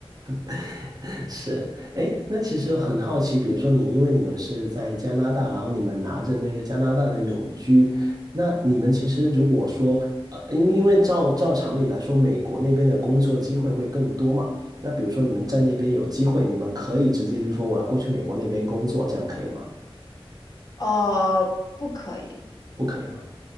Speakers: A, on the right; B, on the left.
A: <laughs> 是，哎，那其实很好奇，比如说你，因为你们是在加拿大，然后你们拿着那个加拿大的永居，那你们其实如果说，呃，因为因为照照常理来说，美国那边的工作机会会更多嘛，那比如说你们在那边有机会，你们可以直接就说我要过去美国那边工作，这样可以吗？
B: 哦，不可以。
A: 不可以吗？